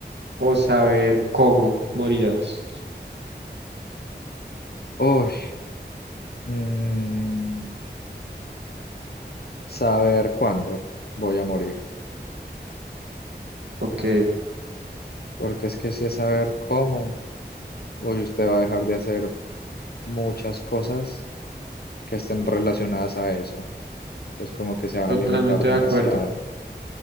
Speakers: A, on the right; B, on the left.
A: o saber cómo morirás.
B: Uy, mm, saber cuándo voy a morir.
A: Ok,
B: Porque es que si es saber cómo, hoy usted va a dejar de hacer muchas cosas que estén relacionadas a eso. Entonces como que se va
A: totalmente
B: a limitar demasiado.
A: de acuerdo.